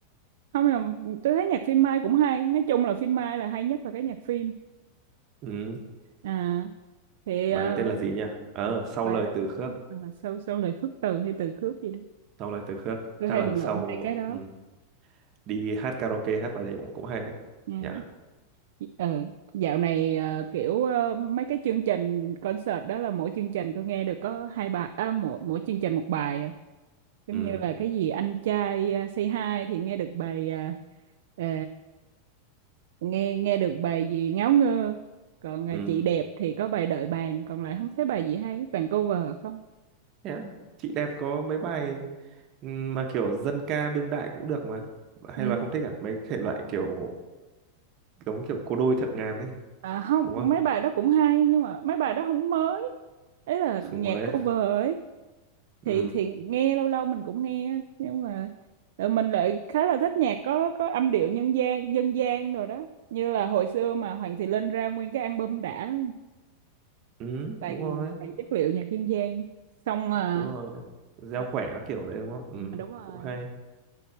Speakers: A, on the right; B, on the right.
A: không là tôi thấy nhạc phim Mai cũng hay nói chung là phim Mai là hay nhất là cái nhạc phim
B: ừ.
A: à thì
B: bài
A: ờ,
B: này tên là gì nhỉ ờ
A: à,
B: sau
A: bài
B: lời
A: đó là
B: từ khước
A: cái gì? à, sau sau lời khước từ hay từ khước gì đó
B: sau lời từ khước
A: tôi
B: chắc
A: hay
B: là
A: bị lộn
B: sau
A: hai cái đó
B: ừ. đi hát karaoke hát bài đấy cũng cũng hay đấy
A: Ừ.
B: nhỉ
A: ừ dạo này ờ, kiểu ờ, mấy cái chương trình concert đó là mỗi chương trình tôi nghe được có hai bài à, mỗi mỗi chương trình một bài à. giống
B: ừ.
A: như là cái gì anh trai ờ, Say Hi thì nghe được bài ờ, ờ, nghe nghe được bài gì ngáo ngơ còn ờ,
B: Ừ.
A: chị đẹp thì có bài đợi bàn còn lại không thấy bài gì hay toàn cover không
B: Thế à? chị đẹp có mấy bài ừ, mà kiểu dân ca đương đại cũng được mà hay
A: ừ.
B: là không thích à mấy thể loại kiểu giống kiểu cô đôi thượng ngàn ấy
A: à, không
B: đúng không
A: mấy bài đó cũng hay nhưng mà mấy bài đó không mới ấy là
B: không
A: nhạc
B: mới à?
A: cover ấy thì
B: ừ
A: thì nghe lâu lâu mình cũng nghe nhưng mà ờ, mình lại khá là thích nhạc có có âm điệu nhân gian dân gian rồi đó như là hồi xưa mà Hoàng Thị Linh ra nguyên cái album đã
B: ừ
A: toàn
B: đúng rồi
A: toàn chất liệu nhạc dân gian xong à,
B: đúng rồi gieo
A: ờ,
B: quẻ các kiểu đấy đúng không ừ
A: đúng rồi
B: cũng hay